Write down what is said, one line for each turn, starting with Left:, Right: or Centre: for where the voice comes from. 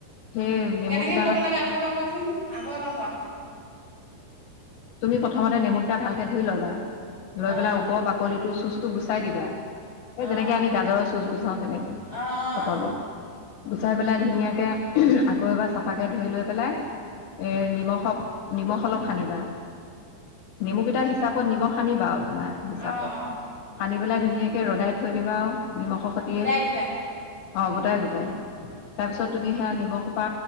Left: সেই নেমু
Right: কেনেকৈ
Left: কেই
Right: কৰিব লাগে আকৌ এবাৰ কোৱাচোন, আকৌ এবাৰ কোৱা।
Left: তুমি প্ৰথমতে নেমুকেইটা ভালকে ধুই ল'বা, লৈ
Right: অঁ
Left: পেলাই ওপৰৰ বাকলিটো চুচটো গুচাই দিবা। এই
Right: অঁ
Left: যেনেকে আমি গাজৰৰ চুজ গুচাও তেনেকে
Right: অঁ অঁ
Left: পটলতৰ গুচাই পেলাই ধুনীয়াকে আকৌ এবাৰ চাফাকে ধুই লৈ পেলাই এই নিমখত নিমখ অলপ সানিবা। নেমুকেইটাৰ হিচাপত নিমখ সানিবা আউ তোমাৰ হিচাপত,
Right: অঁ অঁ অঁ
Left: সানি পেলাই ধুনীয়াকৈ ৰ'দাই থৈ দিবা আৰু নিমখৰ সতিয়ে
Right: গোটাই গোটাই
Left: অ গোটাই গোটাই তাৰপিছত
Right: অঁ
Left: তুমি সেয়া নিমখ সোপা